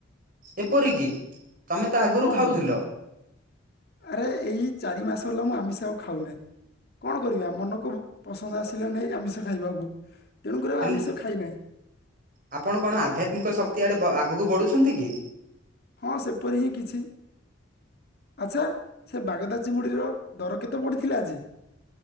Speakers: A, on the right; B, on the left.
A: ଏପରିକି। ତମେ ତ ଆଗରୁ
B: ହଁ
A: ଖାଉଥିଲ
B: ହଁ ଆରେ ଏଇ ଚାରି ମାସ ହେଲା ମୁଁ ଆମିଷ ଆଉ ଖାଉ ନାହିଁ, କଣ କରିବି ଆମ ଚେ ମନକୁ ପସନ୍ଦ ଆସିଲା ନାହି ଆମିଷ ଖାଇବାକୁ ତେଣୁକରି ଆଉ
A: ହେଲେ
B: ଆମିଷ ଖାଇନାହିଁ।
A: ଆପଣ କଣ ଆଧ୍ୟାତ୍ମିକ ଶକ୍ତି ଆଡେ ଆ ଆଗକୁ ବଢୁଛନ୍ତି କି?
B: ହଁ ସେପରି ହିଁ କିଛି। ଆଚ୍ଛା ସେ ବାଗଦା ଚିଙ୍ଗୁଡିର ଦର କେତେ ପଡିଥିଲା ଆଜି?